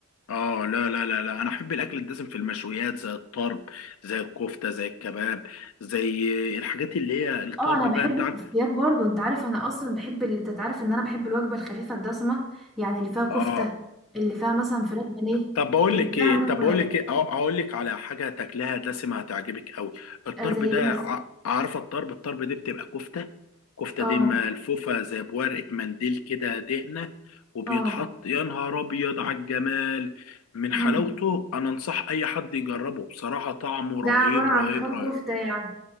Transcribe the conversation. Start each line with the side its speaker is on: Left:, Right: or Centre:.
Left: اه لا لا لا لا انا احب الاكل الدسم في المشويات زي الطرب زي الكفتة زي الكباب زي الحاجات اللي هي الطرب
Centre: اه انا
Left: بقى
Centre: بحب
Left: انت
Centre: الكفتيات
Left: عارف
Centre: برضو انت عارف انا اصلا بحب ال... انت تعرف ان انا بحب الوجبه الخفيفه الدسمه يعني اللي فيها كفته
Left: اه
Centre: اللي فيها مثلا فراخ بانيه
Left: طب بقول
Centre: اللي
Left: لك
Centre: فيها
Left: ايه
Centre: مثلا
Left: طب
Centre: فراخ
Left: بقول لك ايه أه- اقول لك على حاجه تاكلها دسمه هتعجبك قوي الطرب
Centre: آه زي
Left: ده
Centre: ايه مثلا
Left: ع- عارفه الطرب الطرب دي بتبقى كفته كفته
Centre: اه
Left: دي ملفوفه زي بورقه منديل كده دهنه وبيتحط
Centre: اه
Left: يا نهار ابيض على الجمال من حلاوته
Centre: امم
Left: انا انصح اي حد يجربه بصراحه طعمه
Centre: ده
Left: رهيب
Centre: عباره عن
Left: رهيب
Centre: لحوم
Left: رهيب
Centre: كفته يعني